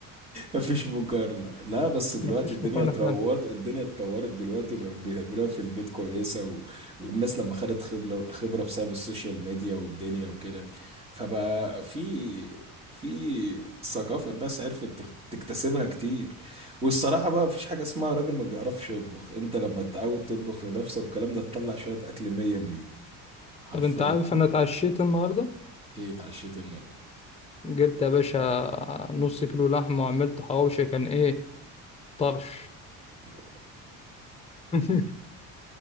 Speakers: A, on the right; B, on the left.
A: مفيش مقارنة لا بس دلوقتي
B: مفيش
A: الدنيا
B: مقارنة
A: اتروت
B: فعلا
A: الدنيا اتطورت دلوقتي وبقت بيعملوها في البيت كويسة و... والناس لما خدت خبرة خبرة بسبب السوشيال ميديا والدنيا وكده فبقى في في ثقافة الناس عرفت تك- تكتسبها كتير والصراحة بقى مفيش حاجة اسمها راجل ما بيعرفش يطبخ انت لما تتعود تطبخ لنفسك والكلام ده تطلع شوية أكل مية مية حرفيا
B: طب أنت عارف أنا اتعشيت النهاردة
A: ايه اتعشيت النهاردة
B: جبت يا باشا نص كيلو لحمة وعملت حواوشي كان إيه طرش
A: <laughs>
B: <laughs>